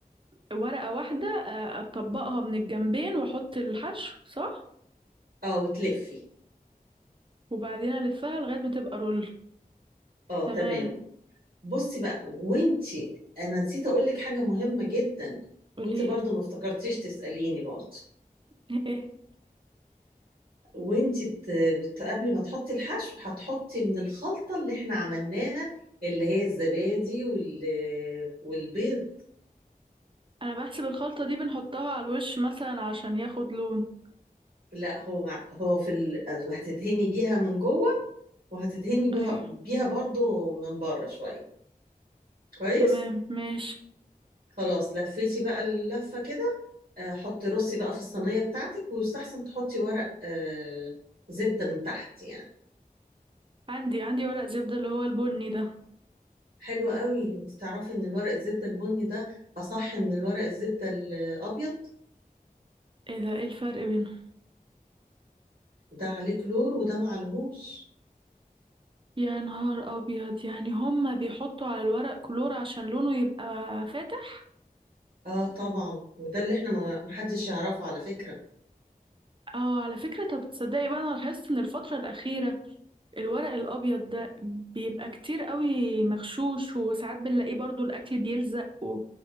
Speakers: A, on the right (about 35°); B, on the right (about 75°).
A: ورقة واحدة آه، اطبقها من الجنبين واحط الحشو صح
B: اه وتلفي
A: وبعدين الفها لغاية ما تبقى رول
B: اه
A: تمام
B: تمام بصي بقى وانتي انا نسيت اقول لك حاجه مهمه جدا
A: قوليلي
B: وانتي برضو ما افتكرتيش تساليني برضو
A: ايه
B: وانتي بت... بت... قبل ما تحطي الحشو هتحطي من الخلطه اللي احنا عملناها اللي هي الزبادي وال... والبيض
A: انا بحسب الخلطة دي بنحطها على الوش مثلا عشان ياخد لون
B: لا هو هو في ال... هتدهني بيها من جوه وهتدهني بيها
A: ايوه
B: بيها برضو من بره شويه كويس
A: تمام ماشي
B: خلاص لفيتي بقى اللفة كده آه، حطي رصي بقى في الصينية بتاعتك ويستحسن تحطي ورق آه، زبدة من تحت يعني
A: عندي عندي ورق زبدة اللي هو البني ده
B: حلو قوي انت تعرفي ان الورق الزبدة البني ده اصح من الورق الزبدة الابيض
A: ايه ده ايه الفرق بينهم
B: ده عليه كلور وده معلهوش
A: يا نهار ابيض يعني هما بيحطوا على الورق كلور عشان لونه يبقى فاتح
B: اه طبعا وده اللي احنا ما محدش يعرفه على فكرة
A: اه على فكرة طب تصدقي بقى انا لاحظت ان الفترة الاخيرة الورق الابيض ده بيبقى كتير قوي مغشوش وساعات بنلاقيه برضو الاكل بيلزق و...